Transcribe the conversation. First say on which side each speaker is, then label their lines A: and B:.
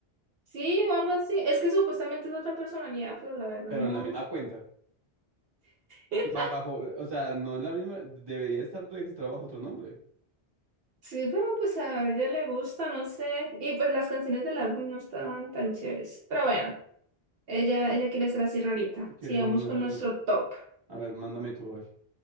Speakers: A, on the right; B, on the right.
A: Sí, o algo así. Es que supuestamente es otra personalidad, pero la verdad
B: pero
A: no.
B: en la misma cuenta.
A: <laughs>
B: O sea, bajo, o sea, no en la misma, debería estar registrado bajo otro nombre.
A: Sí, pero pues a ella le gusta, no sé. Y pues las canciones del álbum no estaban tan chéveres. Pero bueno, ella, ella quiere ser así rarita.
B: ¿Quiénes
A: Sigamos
B: somos nosotros?
A: con nuestro top.
B: A ver, mándame tú, a ver.